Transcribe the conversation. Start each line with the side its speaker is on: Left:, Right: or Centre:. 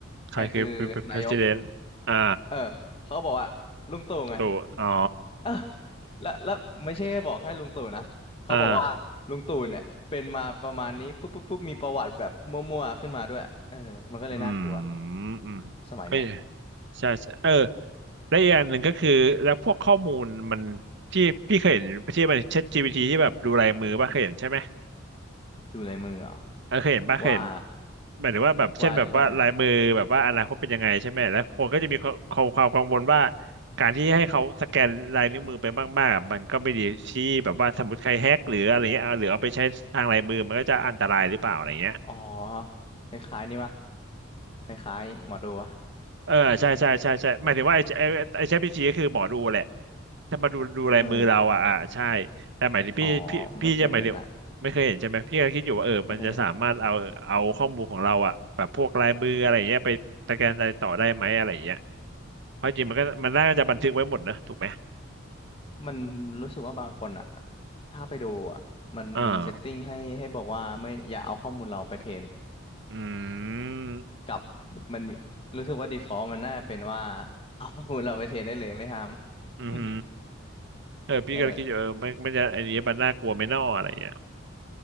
Right: ใครคือ
Left: ใครคือนายก
Right: president อ่า
Left: เออเขาบอกว่าลุงตู่ไง
Right: ตัวอ๋อ
Left: เออแล้วแล้วไม่ใช่แค่บอกแค่ลุงตู่นะเขาบอกว่าลุงตู่เนี่ยเป็นมาประมาณนี้ปุ๊บปุ๊บปุ๊บมีประวัติแบบมั่วๆขึ้นมาด้วย
Right: อ่า
Left: เออมันก็เลยน่ากลัว
Right: อืมอืมเอ้ย
Left: สมัยเนี้ย
Right: ใช่ใช่เออและอีกอย่างหนึ่งก็คือแล้วพวกข้อมูลมันที่พี่เคยเห็นที่มัน ChatGPT ที่แบบดูลายมือป่ะเคยเห็นใช่ไหม
Left: ดูลายมือเหรอ
Right: เออเคยเห็นป่ะเคยเห็น
Left: ว่า
Right: หมายถึงว่าแบบเช่นแบบว่าลายมือแบบว่าอนาคตเป็นยังไงใช่ไหมแล้วคนก็จะมีความความกังวลว่า
Left: ว่าว่ายังไง
Right: การที่ให้เขาสแกนลายนิ้วมือไปมากๆอะมันก็ไม่ดีที่แบบว่าสมมติใครแฮกหรืออะไรเงี้ยเอาหรือเอาไปใช้ทางลายมือมันก็จะอันตรายหรือเปล่าอะไรเงี้ย
Left: อ๋อคล้ายๆนี่ปะคล้ายๆหมอดูวะ
Right: เออใช่ใช่ใช่ใช่หมายถึงว่าไอ้ไอ้ไอ้ ChatGPT ก็คือหมอดูแหละจะมาดูดูลายมือเราอ่ะอ่าใช่
Left: เออ
Right: แต่หมายถึงพี่พี่พี่จะหมายถึงไม่เคยเห็นใช่ไหมพี่ก็คิดอยู่ว่าเออมันจะสามารถเอาเอาข้อมูลของเราอ่ะแบบพวกลายมืออะไรอย่างเงี้ยไปสแกนอะไรต่อได้ไหมอะไรอย่างเงี้ย
Left: อ๋อไม่เคยเห็นอะ ไม่เคยเห็น
Right: เพราะจริงมันก็มันน่าจะบันทึกไว้หมดนะถูกไหม
Left: มันรู้สึกว่าบางคนอ่ะถ้าไปดูอ่ะมันมีเซตติ้งให้ให้บอกว่าไม่อย่าเอาข้อมูลเราไปเทรน
Right: อ่าอืม
Left: กับมันมีรู้สึกว่า default มันน่าเป็นว่า <laughs> เอาข้อมูลเราไปเทรนได้เลยไม่ห้าม
Right: อืม
Left: <laughs>
Right: เออพี่ก็คิดอยู่เออไม่ไม่จะไอ้นนี้มันน่ากลัวไหม่น่ออะไรอย่างเงี้ย
Left: เออ